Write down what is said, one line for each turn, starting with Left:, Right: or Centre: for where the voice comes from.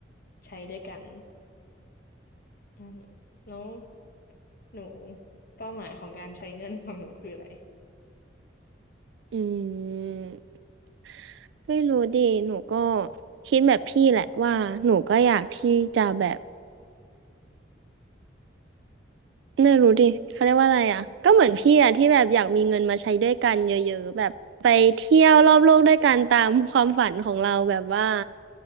Left: ใช้ด้วยกัน นั่นเองแล้วหนูเป้าหมายของการใช้เงินของหนูคืออะไร
Right: อืมไม่รู้ดิหนูก็คิดแบบพี่แหละว่าหนูก็อยากที่จะแบบไม่รู้ดิเขาเรียกว่าอะไรอ่ะก็เหมือนพี่อ่ะที่แบบอยากมีเงินมาใช้ด้วยกันเยอะๆแบบไปเที่ยวรอบโลกด้วยกันตามความฝันของเราแบบว่า